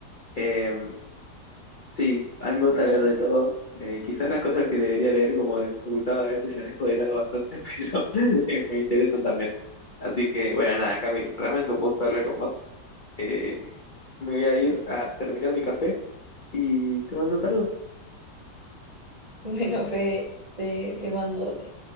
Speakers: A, on the left; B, on the right.
A: Eh, sí, a mí me gusta leer de todo. Eh, quizás las cosas que debería leer como de mi facultad a veces las dejo de lado bastante, <laughs> pero eh, me interesan también. Así que, bueno, nada, Cami, realmente un gusto hablar con vos. Eh, me voy a ir a terminar mi café y te mando un saludo.
B: Bueno, Fede, te, te mando otro.